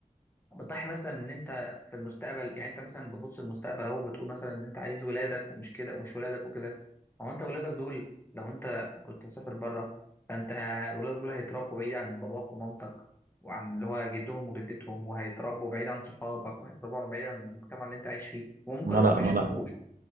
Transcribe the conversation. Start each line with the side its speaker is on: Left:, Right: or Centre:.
Left: بتضحي مثلا ان انت في المستقبل يعني انت مثلا بتبص للمستقبل اهو بتقول مثلا ان انت عايز ولادك ومش كده ومش ولادك وكده هو انت ولادك دول لو انت كنت مسافر بره فانت ولادك دول هيتربوا بعيد عن باباك ومامتك وعن اللي هو جدهم وجدتهم وهيتربوا بعيد عن صحابك وهيتربوا بعيد عن المجتمع اللي انت عايش فيه وممكن
Right: ما
Left: اصلا
Right: انا
Left: ما يشوفوهوش
Right: ما انا